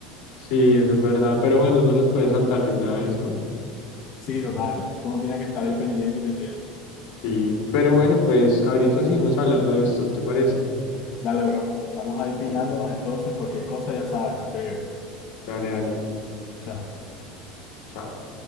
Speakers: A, on the left; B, on the left.
A: Sí, eso es verdad, pero bueno, no los puedes saltar de una vez, ¿no?
B: Sí, total. Uno tiene que estar ahí pendiente y pendiente.
A: Sí, pero bueno, pues ahorita seguimos hablando de esto, ¿te parece?
B: Dale, bro. Estamos ahí pillándonos
A: Dale,
B: entonces. Cualquier cosa ya sabes, me escribes.
A: Dale, dale.
B: Chao.
A: chao.